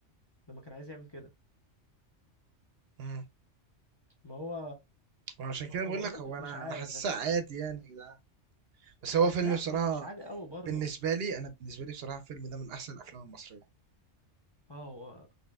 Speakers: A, on the left (about 30°); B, on the right (about 65°).
A: لما كان عايز يعمل كده
B: مم.
A: ما هو
B: وعشان
A: ما
B: كده بقول
A: هو والله
B: لك هو انا
A: مش عارف
B: انا حاسسها
A: بس
B: عادي يعني يا جدعان بس هو فيلم
A: لا
B: بصراحه
A: مش مش عادي قوي برضه
B: بالنسبه لي انا بالنسبه لي بصراحه الفيلم ده من احسن الافلام المصريه
A: اه هو